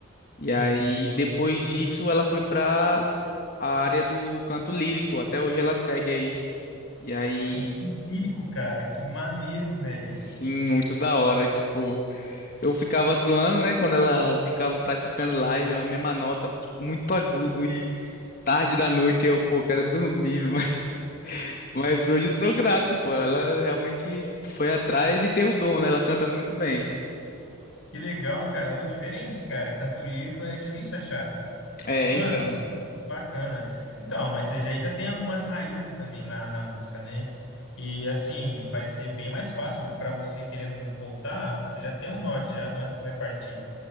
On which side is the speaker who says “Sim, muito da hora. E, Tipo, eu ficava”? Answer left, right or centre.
Left